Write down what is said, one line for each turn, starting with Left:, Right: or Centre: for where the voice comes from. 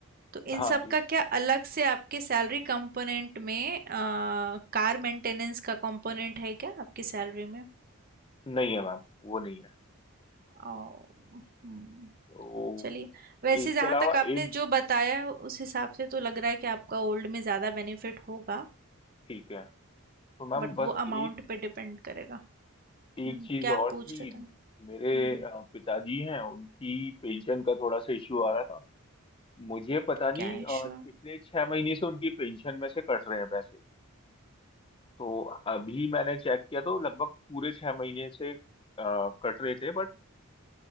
Right: तो
Left: हाँ
Right: इन सब
Left: जी
Right: का क्या अलग से आपके सैलरी कंपोनेंट में अ, कार मेंटेनेंस का कंपोनेंट है क्या आपकी सैलरी में?
Left: नहीं है मैम वो नहीं है
Right: ओ, हम्म,
Left: तो
Right: चलिए वैसे
Left: इसके
Right: जहाँ
Left: अलावा
Right: तक आपने
Left: एक
Right: जो बताया है, उस हिसाब से तो लग रहा है कि आपका ओल्ड में ज़्यादा बेनिफिट होगा
Left: ठीक है तो मैम
Right: बट
Left: बस
Right: वो अमाउंट
Left: एक
Right: पे डिपेंड करेगा।
Left: एक
Right: हम्म,
Left: चीज
Right: क्या
Left: और
Right: आप पूछ
Left: थी
Right: रहे थे? हम्म,
Left: मेरे
Right: हम्म,
Left: अ, पिताजी हैं उनकी पेंशन का थोड़ा सा इश्यू आ रहा था मुझे पता नहीं
Right: क्या
Left: अ,
Right: इशू है?
Left: पिछले छह महीने से उनकी पेंशन में से कट रहे हैं पैसे तो अभी मैंने चेक किया तो लगभग पूरे छह महीने से आ, कट रहे थे बट